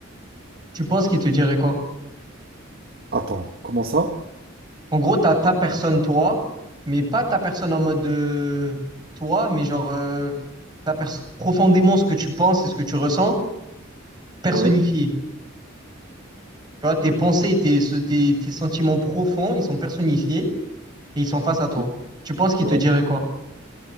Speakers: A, on the right; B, on the right.
A: tu penses qu'il te dirait quoi?
B: Attends, comment ça?
A: En gros, tu as ta personne, toi, mais pas ta personne en mode euh, toi, mais genre euh, ta pers- profondément ce que tu penses et ce que tu ressens, personnifié.
B: Ouais.
A: Tu vois, tes pensées et tes, ce- tes, tes sentiments profonds, ils sont personnifiés et ils sont face
B: Ok.
A: à toi. Tu penses qu'il
B: Ouais.
A: te dirait quoi?